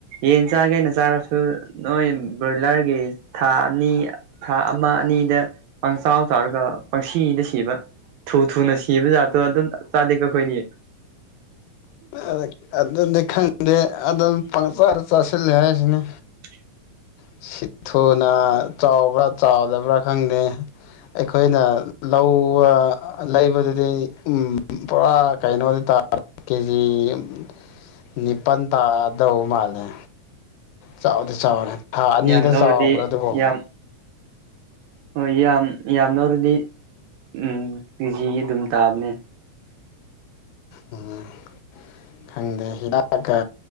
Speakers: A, on the right; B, on the left.
A: ꯌꯦꯟ ꯆꯥꯒꯦꯅ ꯆꯥꯔꯁꯨ ꯅꯣꯏ ꯕ꯭ꯔꯣꯏꯂꯔꯒꯤ ꯊꯥ ꯑꯅꯤ ꯊꯥ ꯑꯃ ꯑꯅꯤꯗ ꯄꯪꯆꯥꯎ ꯆꯥꯎꯔꯒ ꯄꯪꯁꯤꯗ ꯁꯤꯕ ꯊꯨ ꯊꯨꯅ ꯁꯤꯕ ꯖꯥꯠꯇꯣ ꯑꯗꯨꯝ ꯆꯥꯗꯦꯀꯣ ꯈꯣꯏꯅꯤ
B: ꯑ ꯑꯗꯨꯅꯤ ꯈꯪꯗꯦ ꯑꯗꯨꯝ ꯄꯪꯆꯥꯥꯗ ꯆꯥꯁꯤꯜꯂꯦ ꯍꯥꯏꯁꯤꯅꯤ
A: <inaudible>
B: ꯁꯤ ꯊꯨꯅ ꯆꯥꯎꯕ꯭ꯔꯥ ꯆꯥꯎꯗꯕ꯭ꯔꯥ ꯈꯪꯗꯦ ꯑꯩꯈꯣꯏꯅ ꯂꯧꯋꯥ ꯂꯩꯕꯗꯨꯗꯤ ꯎꯝ ꯄꯨꯔꯥ ꯀꯩꯅꯣꯗꯤ ꯇꯥꯔꯦ ꯖꯤ ꯅꯤꯄꯥꯟ ꯇꯥꯗꯧ ꯃꯥꯜꯂꯦ ꯆꯥꯎꯗꯤ ꯆꯥꯎꯔꯦ ꯊꯥ ꯑꯅꯤꯗ
A: ꯌꯥꯝ ꯂꯧꯔꯗꯤ
B: ꯆꯥꯎꯕ꯭ꯔꯥ ꯑꯗꯨꯕꯣ
A: ꯌꯥꯝ ꯍꯣꯏ ꯌꯥꯝ ꯌꯥꯝ ꯂꯧꯔꯗꯤ ꯎꯝ ꯀꯦꯖꯤ ꯑꯗꯨꯝ ꯇꯥꯕꯅꯦ
B: ꯎꯝ ꯈꯪꯗꯦ ꯍꯤꯗꯥꯛꯀ